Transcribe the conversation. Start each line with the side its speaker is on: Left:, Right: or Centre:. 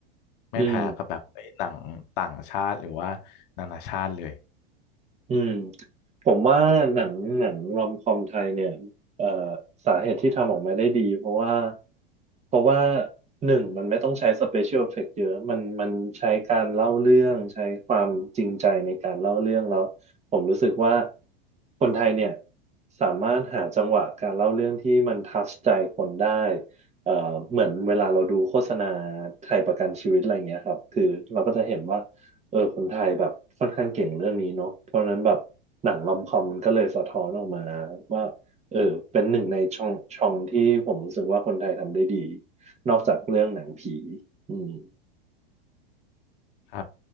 Left: ไม่แพ้กับแบบเอ้ยหนังต่างชาติหรือว่า
Right: อืม
Left: นานาชาติเลย
Right: อืมผมว่าหนังหนังรอมคอมไทยเนี่ยเอ่อสาเหตุที่ทำออกมาได้ดีเพราะว่าเพราะว่าหนึ่งมันไม่ต้องใช้สเปเชียลเอฟเฟกต์เยอะมันมันใช้การเล่าเรื่องใช้ความจริงใจในการเล่าเรื่องแล้วผมรู้สึกว่าคนไทยเนี่ยสามารถหาจังหวะการเล่าเรื่องที่มันทัชใจคนได้เอ่อเหมือนเวลาเราดูโฆษณาไทยประกันชีวิตอะไรเงี้ยครับคือเราก็จะเห็นว่า เออคนไทยแบบค่อนข้างเก่งเรื่องนี้เนาะเพราะฉะนั้นแบบหนังรอมคอมมันก็เลยสะท้อนออกมาว่าเออเป็นหนึ่งในช่องช่องที่ผมรู้สึกว่าคนไทยทำได้ดีนอกจากเรื่องหนังผีอืม
Left: ครับ